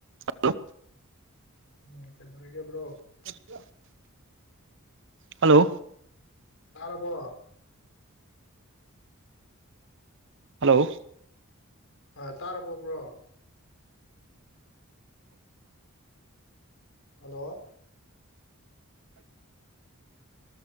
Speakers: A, on the right; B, on the left.
A: Hello.
B: ꯎꯝ ꯀꯩꯗꯧꯔꯤꯒꯦ bro.
A: <inaudible> Hello.
B: ꯇꯥꯔꯕꯣ꯫
A: ꯍꯜꯂꯣ꯫
B: ꯑ ꯇꯥꯔꯕꯣ ꯕ꯭ꯔꯣ꯫ ꯍꯜꯂꯣ꯫